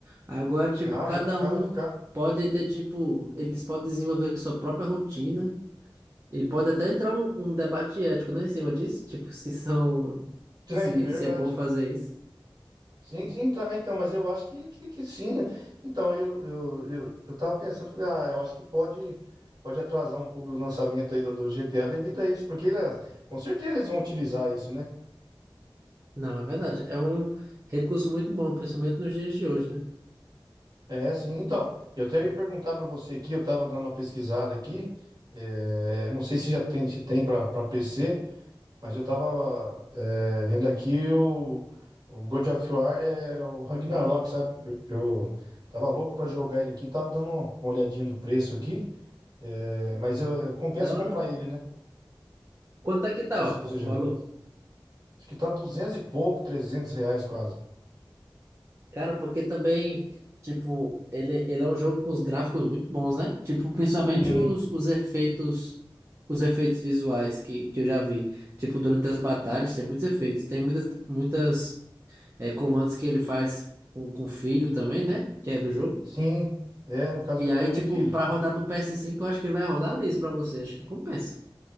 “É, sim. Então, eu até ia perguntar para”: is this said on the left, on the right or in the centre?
Right